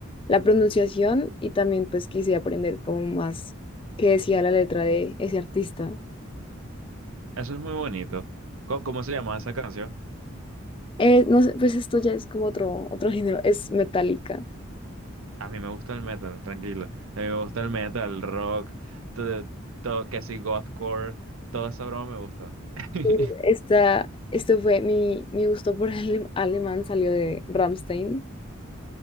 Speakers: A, on the left; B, on the right.
A: la pronunciación y también pues quise aprender como más qué decía la letra de ese artista.
B: Eso es muy bonito. ¿Cómo, cómo se llama esa canción?
A: Eh, no sé, pues esto ya es como otro, otro género, es metálica.
B: A mí me gusta el metal, tranquilo. A mí me gusta el metal, el rock, todo, todo que si gothcore, toda esa broma me gusta. <laughs>
A: Pues, Esta, esto fue mi, mi gusto por el alemán salió de Rammstein.